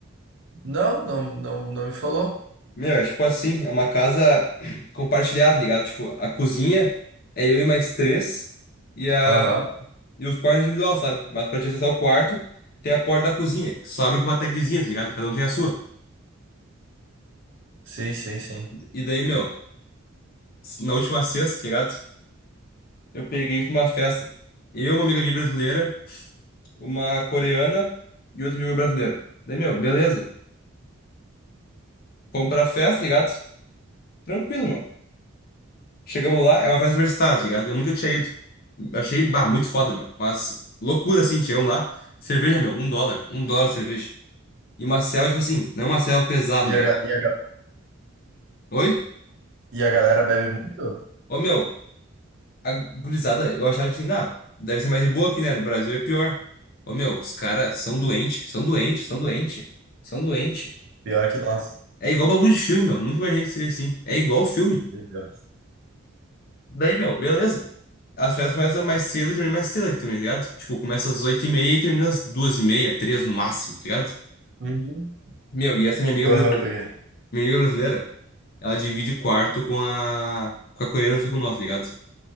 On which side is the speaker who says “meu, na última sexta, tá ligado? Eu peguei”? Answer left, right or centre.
Left